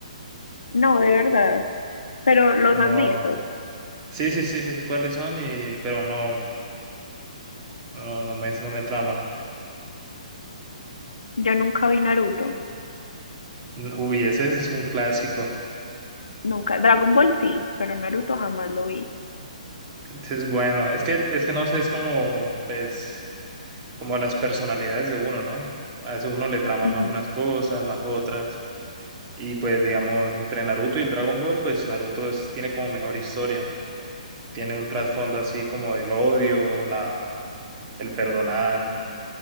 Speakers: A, on the left; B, on the right.
A: No, de verdad, pero los
B: No,
A: has visto.
B: sí, sí, sí, sí sé cuáles son y pero no, no, no me, no me trama.
A: Yo nunca vi Naruto,
B: Uy, ese es un clásico.
A: nunca. Dragon Ball sí, pero Naruto jamás lo vi.
B: Ese es bueno. Es que, es que no sé, es como, pues, como las personalidades de uno, ¿no? A veces uno le trama
A: Ujú.
B: más unas cosas, más otras. Y pues, digamos, entre Naruto y el Dragon Ball, pues Naruto es- tiene como mejor historia. Tiene un trasfondo así como del odio, la, el perdonar.